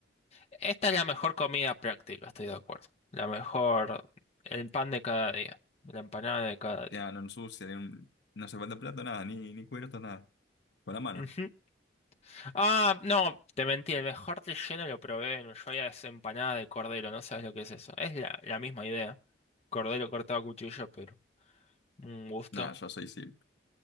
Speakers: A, on the left (about 35°); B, on the left (about 65°).
A: Esta es la mejor comida práctica, estoy de acuerdo. La mejor, el pan de cada día, la empanada de cada día.
B: Ya no ensucia, ni un- no hace falta plato, nada, ni, ni cubiertos, nada. Con la mano.
A: Ujú. Ah, no, te mentí, el mejor relleno lo probé en Ushuaia, es empanada de cordero, no sabes lo que es eso. Es la, la misma idea, cordero cortado a cuchillo, pero un gusto.
B: Nada, yo soy sí.